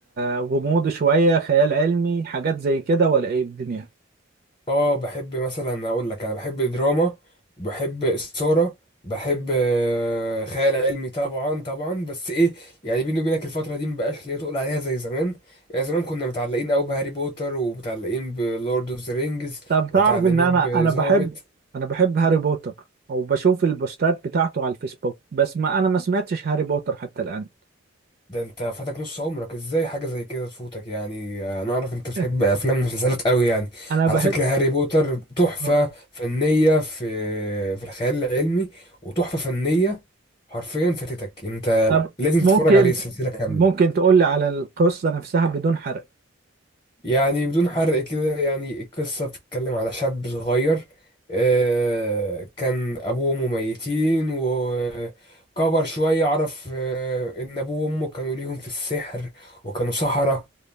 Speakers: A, on the right; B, on the left.
A: آه، غموض شوية خيال علمي حاجات زي كده ولا إيه الدنيا؟
B: اه بحب مثلا اقول لك انا بحب دراما بحب الصورة بحب آه، خيال علمي طبعا طبعا بس ايه يعني بيني وبينك الفترة دي مبقاش ليا تقول عليها زي زمان يعني زمان كنا متعلقين قوي بهاري بوتر ومتعلقين بلورد اوف ذا رينجز
A: طب
B: ومتعلقين
A: تعرف إن أنا
B: بذا
A: أنا بحب
B: هوبيت
A: أنا بحب هاري بوتر وبشوف البوستات بتاعته على الفيسبوك بس ما أنا ما سمعتش هاري بوتر حتى الآن
B: ده انت فاتك نص عمرك ازاي حاجة زي كده تفوتك يعني انا اعرف انت بتحب
A: <laughs>
B: افلام ومسلسلات قوي يعني
A: أنا بحب
B: على فكرة هاري بوتر تحفة
A: آه.
B: فنية في في الخيال العلمي وتحفة فنية حرفيا فاتتك انت
A: طب
B: لازم
A: ممكن
B: تتفرج عليه السلسله كامله
A: ممكن تقول لي على القصة نفسها بدون حرق
B: يعني بدون حرق كده يعني القصه بتتكلم على شاب صغير آه، كان ابوه مميتين وكبر شويه عرف آه، ان ابوه وامه كانوا ليهم في السحر وكانوا سحره